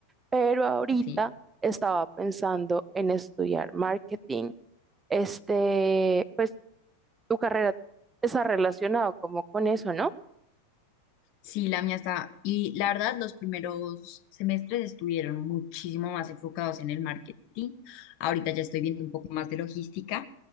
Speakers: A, on the right; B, on the left.
A: pero ahorita
B: Sí,
A: estaba pensando en estudiar marketing. Este, pues tu carrera está relacionado como con eso, ¿no?
B: sí, la mía está. Y la verdad, los primeros semestres estuvieron muchísimo más enfocados en el marketing. Ahorita ya estoy viendo un poco más de logística,